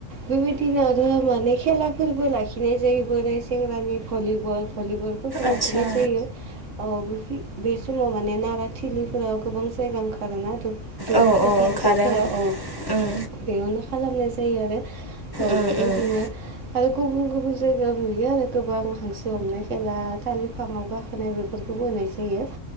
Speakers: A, on the right; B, on the left.
A: बेबायदिनो आरो माने खेला फोरबो लाखिनाय जायो बो नै सेंग्रानि भलिबल भलिबल। फोरखौ लाखिनाय
B: आदसा
A: जायो औ बे बे समाव माने नाराथिलिफोराव गोबां जायगा ओंखारोना दु दुब्लि
B: औ
A: फोथारफोराव
B: ओंखारो
A: औ
B: उम
A: बेयावनो खालामनाय जायो आरो औ
B: उम
A: बेबायदिनो
B: उम
A: आरो गुबुन-गुबुन जायगायाव नुयो आरो गोबां हांसो हमनाय खेला थाालिर फाङावबा गा खोनाय बेफोरखौबो होनाय जायो।